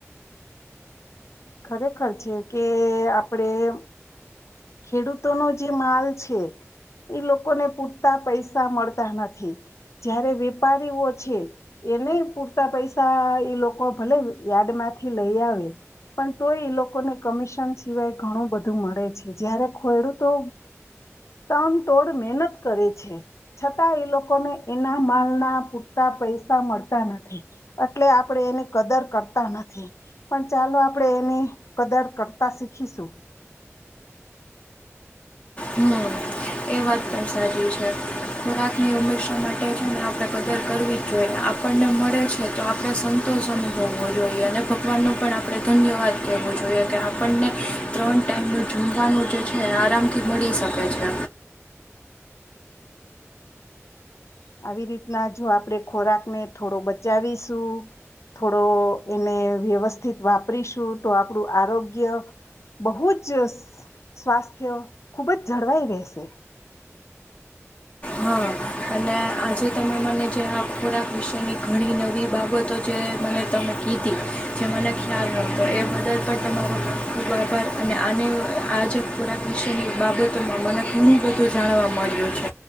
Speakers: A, on the left (about 70°); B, on the left (about 25°).
A: ખરેખર છે કે આપણેે ખેડૂતોનો જે માલ છે એ લોકોને પૂરતા પૈસા મળતા નથી જયારે વેપારીઓ છે એને પૂરતા પૈસા એ લોકો ભલે યાર્ડ માંથી લઈ આવે પણને કમિશન સિવાય ઘણું બધું મળે છે જયારે ખેડૂતો તન તોડ મહેનત કરે છે છતાં એ લોકોને એના માલના પૂરતા પૈસા મળતા નથી એટલે આપણે એની કદર કરતા નથી પણ ચાલો આપણે એની કદર કરતા શીખીશું
B: હમ એ વાત પણ સાચી છે ખોરાકની હંમેશા માટે છે ને આપણે કદર કરવી જ જોઈએ આપણને મળે છે તો આપણે સંતોષ અનુભવવો જોઈએ અને ભગવાન ન પણ આપણે ધન્યવાદ કેહેવો જોઈએ કે આપણને ત્રણ ટાઈમનું જમવાનું જે છે આરામ થી મળી શકે છે
A: આવી રીતના જો આપણે ખોરાકને થોડો બચાવીશું થોડો એને વ્યવસ્થિત વાપરીશું તો આપણું આરોગ્ય બહુ જ સ્વાસ્થ્ય ખૂબ જ જળવાઈ રહેશે
B: હા અને આજે તમે મને જે આ ખોરાક વિશેની ઘણી નવી બાબતો જે મને તમે કીધી જે મને ખ્યાલ નહોતો એ બદલ પણ તમારો ખૂબ આભાર અને આને આજે ખોરાક વિશેની બાબતોમાં મને ઘણું બધું જાણવા મળ્યું છે